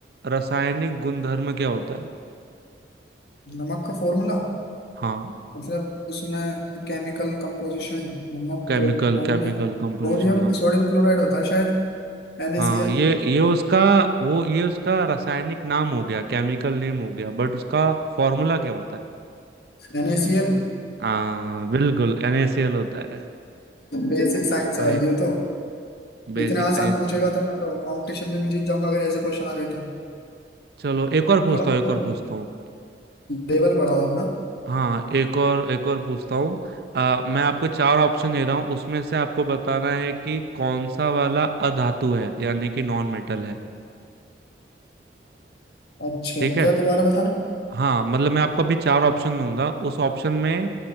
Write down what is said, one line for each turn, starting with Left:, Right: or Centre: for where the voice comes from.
Right: रासायनिक गुणधर्म क्या होता है
Left: नमक का फॉर्मूला
Right: हाँ
Left: मतलब उसमें केमिकल कंपोजिशन नमक
Right: केमिकल
Left: अन्य
Right: केमिकल कंपोजिशन
Left: सोडियम
Right: हाँ
Left: सोडियम क्लोराइड होता है शायद NaCl
Right: हाँ ये ये उसका वो ये उसका रासायनिक नाम हो गया केमिकल नेम हो गया बट उसका फॉर्मूला क्या होता है
Left: NaCl
Right: हाँ बिल्कुल NaCl होता है
Left: बेसिक साइंस है
Right: सही
Left: भाई ये तो
Right: बेसिक
Left: इतने आसान
Right: साइंस
Left: पूछेगा
Right: है
Left: तो मैं तो कंपटीशन में भी जीत जाऊंगा अगर ऐसे क्वेश्चन आ गए तो
Right: चलो एक और पूछता
Left: थोड़ा मतलब
Right: हूँ एक और पूछता हूँ
Left: लेवल बढ़ाओ अपना
Right: हाँ एक और एक और पूछता हूँ अ, मैं आपको चार ऑप्शन दे रहा हूँ उसमें से आपको बताना है कि कौन सा वाला अधातु है यानी कि नॉन मेटल है
Left: अच्छा
Right: ठीक है
Left: क्या दोबारा बताना
Right: हाँ मतलब मैं आपको अभी चार ऑप्शन दूंगा उस ऑप्शन में